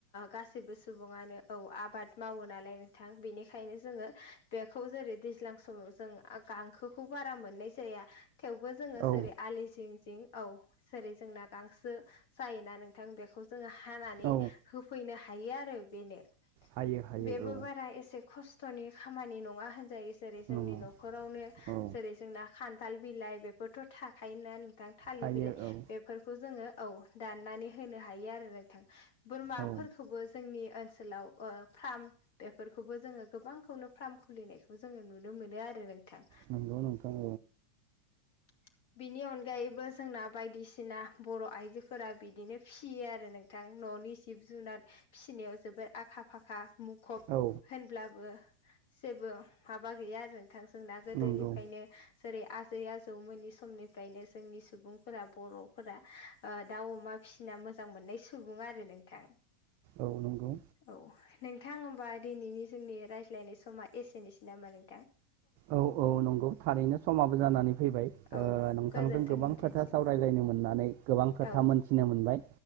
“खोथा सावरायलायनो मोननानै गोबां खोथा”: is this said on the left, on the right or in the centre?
Right